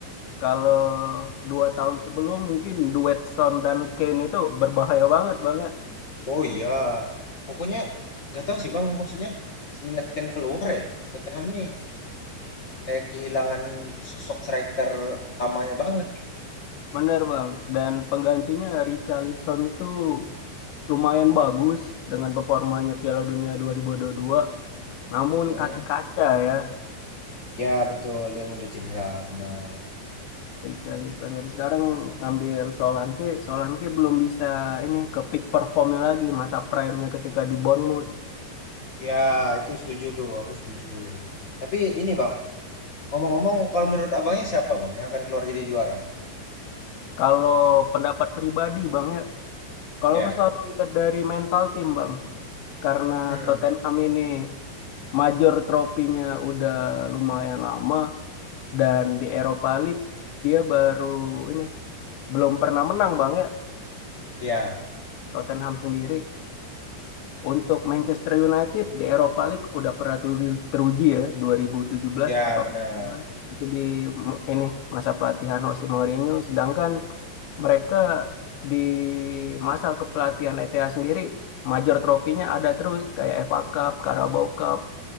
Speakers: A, on the left (about 80°); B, on the left (about 50°).
A: Kalau dua tahun sebelum mungkin duet Son dan Kane itu berbahaya banget Bang ya.
B: Oh iya, pokoknya nggak tahu sih Bang, maksudnya semenjak Kane keluar ya, Tottenham nih kayak kehilangan sosok striker utamanya banget gitu.
A: Bener Bang, dan penggantinya Richarlison itu lumayan bagus dengan performanya Piala Dunia 2022. Namun
B: Mhm.
A: kaki kaca ya
B: Ya betul, dia udah cedera, benar.
A: Richarlison. Jadi sekarang ngambil Solanke, Solanke belum bisa ini ke peak performnya lagi masa prime-nya ketika di Bournemouth.
B: Ya, itu setuju tuh, aku setuju. Tapi ini Bang, ngomong-ngomong kalau menurut Abangnya siapa Bang yang akan keluar jadi juara?
A: Kalau pendapat pribadi Bang ya, kalau
B: Ya.
A: aku selalu lihat dari mental tim Bang, karena
B: Hmm,
A: Tottenham ini major tropinya udah lumayan lama dan di Eropa League dia baru ini belum pernah menang Bang ya
B: iya.
A: Tottenham sendiri. Untuk Manchester United di Eropa League udah pernah teru- teruji ya 2017
B: Ya,
A: atau
B: benar.
A: 18 itu di m- ini masa pelatihan Jose Mourinho sedangkan mereka di masa kepelatihan ETA sendiri major tropinya ada terus kayak FA Cup, Carabao Cup,